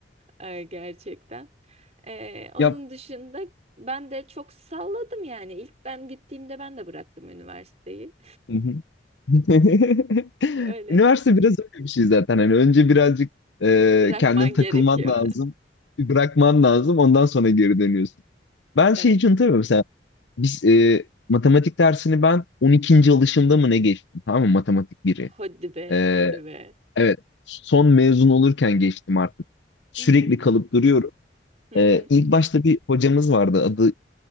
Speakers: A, on the right; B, on the left.
A: Ee, gerçekten. Ee, onun
B: Yap.
A: dışında ben de çok salladım yani. İlk ben gittiğimde ben de bıraktım üniversiteyi.
B: Hı hı. <laughs>
A: <laughs> Öyle.
B: Üniversite biraz öyle bir şey zaten. Hani önce birazcık e,
A: Bırakman
B: kendini takılman
A: gerekiyor.
B: lazım, bir bırakman lazım. Ondan sonra geri dönüyorsun. Ben
A: <laughs> Evet.
B: şeyi için Biz e, matematik dersini ben on ikinci alışımda mı ne geçtim tamam mı matematik biri
A: Hadi be,
B: E,
A: hadi be.
B: evet son mezun olurken geçtim artık. Sürekli
A: Hı hı,
B: kalıp duruyorum.
A: hı
B: E,
A: hı.
B: ilk başta bir hocamız vardı adı